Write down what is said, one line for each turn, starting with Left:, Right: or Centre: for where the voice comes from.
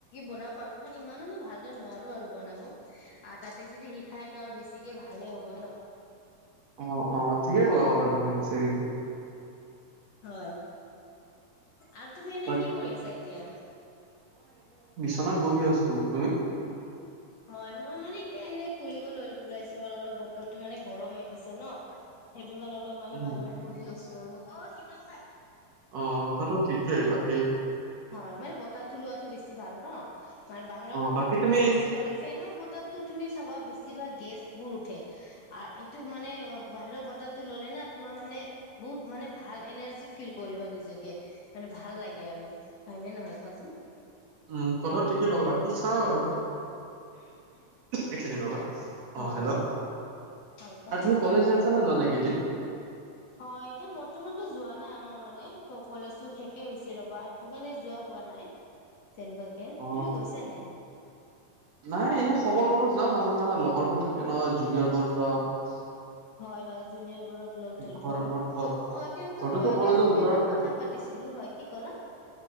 Left: বনাব পাৰো মানে ইমানো মই ভাল নোৱাৰো আৰু বনাব আহ তাতে যদি শিখাই তো আৰু বেছিকে ভাল ভাল হ'ব ন
Right: অ অ ঠিকে ক'লা কথাটো ৰুম দিছে কিন্তু
Left: হয় আৰু তুমি এনে
Right: বাক
Left: কি কৰি আছা এতিয়া
Right: দোকানত বহি আছো তুমি
Left: হয় মই মানে এতিয়া এনে ফুৰিবলৈ ওলাইছো আৰু অলপ বতৰটো মানে গৰম হৈ দিছে ন হেটোকানে অলপ মানে
Right: উম
Left: বাহিৰত বহি আছো আৰু
Right: অ কথাটো ঠিকেই বাকী
Left: হয় মানে বতাহটো লোৱাটো বেছি ভাল ন বাহিৰৰ
Right: অ
Left: বতাহতো
Right: বাকী তুমি
Left: মানে বেছি ভাল হয় ফেনৰ বতাহতো তুমি চাবা বেছি ভাগ গেছবোৰ উঠে এইটো মানে বাহিৰ বতৰটো ললে না তোমাৰ মানে বহুত মান- মানে ভাল এনাৰ্জি ফিল কৰিবা নিজকে মানে ভাল লাগে আৰু হয়নে নহয় কোৱাচোন
Right: উম কথা ঠিকে কলা বাকী চাও আৰু এক ছেকেণ্ড ৰবা
Left: হয়
Right: অ হেল্ল'
Left: হয় কোৱা
Right: আৰু তুমি কলেজ যাই আছা নে যোৱা নাই কেইদিন
Left: হয় এতিয়া বৰ্তমানতো যোৱা নাই আমাৰ মানে ক কলেজো শেকে হৈছে ৰবা এইটো কাৰণে যোৱা পোৱা নাই তেনেকুৱাকে
Right: অ
Left: তুমি গৈছা নাই
Right: নাই এনেই খবৰ লগৰ যাওঁ মাজে মাজে আমাৰ লগৰবোৰ থাকে ন জুনিয়ৰবোৰোত
Left: হয় হয় জুনিয়ৰ বোৰক লগ ধৰিব
Right: ঘৰ
Left: হয়
Right: মোৰ ঘৰ
Left: অ তেনেকুৱা
Right: ঘৰটোতো
Left: মই এটা
Right: কলেজৰ
Left: জুনিয়ৰ
Right: ওচৰতে
Left: লগ কথা পাতিম ছিলো হয় কি ক'লা